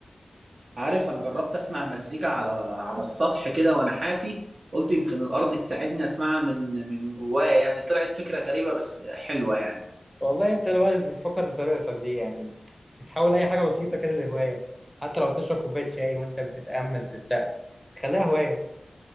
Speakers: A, on the right; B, in the centre.
A: عارف انا جربت اسمع مزيكا على على السطح كده وانا حافي قلت يمكن الارض تساعدني اسمعها من من جوايا يعني طلعت فكرة غريبة بس حلوة يعني
B: والله انت الواحد بتفكر بطريقتك دي يعني بتحاول اي حاجه بسيطه كده لهوايه حتى لو تشرب كوبايه شاي وانت بتتامل في السقف تخليها هوايه